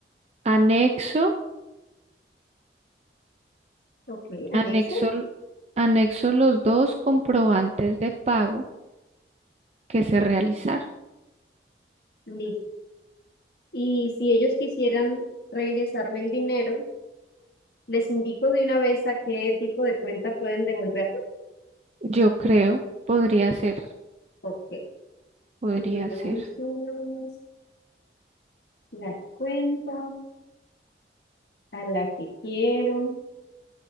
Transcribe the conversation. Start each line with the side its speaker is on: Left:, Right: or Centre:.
Right: Anexo,
Left: ok, anexo.
Right: anexo, anexo los dos comprobantes de pago que se realizaron.
Left: Listo. Y si ellos quisieran regresarme el dinero, les indico de una vez a qué tipo de cuenta pueden devolverlo.
Right: Yo creo, podría ser,
Left: Ok,
Right: podría
Left: entonces
Right: ser.
Left: la cuenta a la que quiero